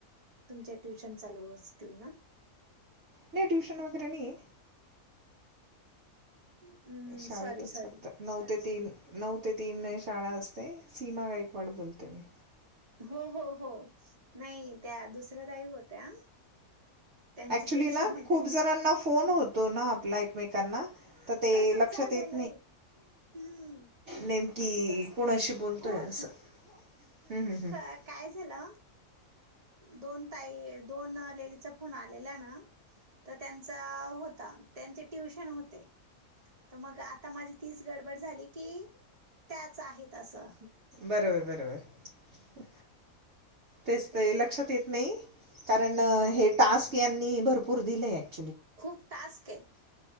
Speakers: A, on the right; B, on the right.
A: तुमचे ट्युशन चालू असतील ना
B: नाही ट्युशन वगैरे नाही
A: हम्म
B: शाळेतच
A: सॉरी सॉरी
B: फक्त नऊ ते तीन नऊ ते तीन शाळा असते सीमा गायकवाड बोलते मी
A: हो हो हो नाही त्या दुसऱ्या ताई होत्या त्यांचं
B: ऍक्चुली
A: ट्युशन
B: ना
A: होते
B: खूप जणांना फोन होतो ना आपल्या एकमेकांना तर ते
A: तसच
B: लक्षात
A: झालेलं
B: येतं
A: हम्म
B: नेमकी
A: ते
B: कोणाशी बोलतो
A: कोण
B: आहे असं हं, हं, हं.
A: काय? द दो <unintelligible> आलेल्यां ना त्यांच्या होता त्यांचं ट्युशन होते. तर मग आता माझी तीच गडबड झाली की त्याच आहेत असं.
B: बरोबर बरोबर तेच
A: त्यामुळे
B: लक्षात येत नाही. कारण हे टास्क यांनी भरपूर दिलेत.
A: खूप टास्क आहेत.